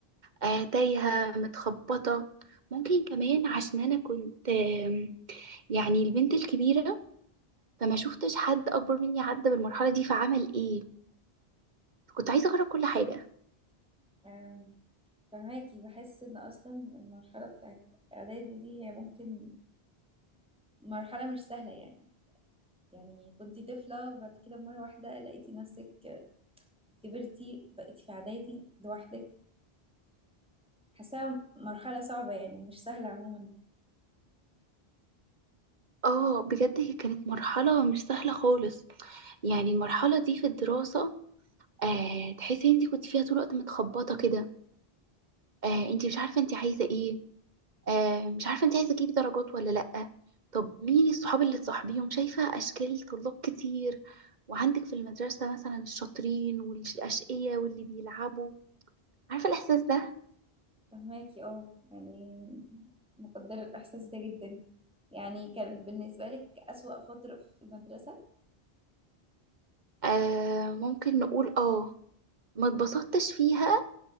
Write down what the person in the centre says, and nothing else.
آم، فهماكي بحس ان اصلا المرحلة بتاعت اعدادي دي هي ممكن مرحلة مش سهلة يعني يعني كنتي طفلة وبعد كده مرة واحدة لقيتي نفسك كبرتي بقيتي في اعدادي لوحدك حاساها مرحلة صعبة يعني مش سهلة عموما
فهماكي اه يعني مقدرة الاحساس ده جدا يعني كانت بالنسبة لك اسوأ فترة في المدرسة